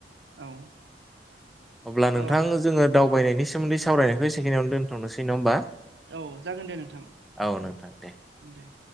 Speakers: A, on the right; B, in the centre.
A: औ।
B: अब्ला
A: अ
B: नोंथां जोङो दावबायनायनि सोमोन्दै सावरायनायखौ एसेखिनिआवनो दोन्थ'नोसै नङा होमबा।
A: औ जागोन दे नोंथां
B: औ नोंथां दे
A: दे।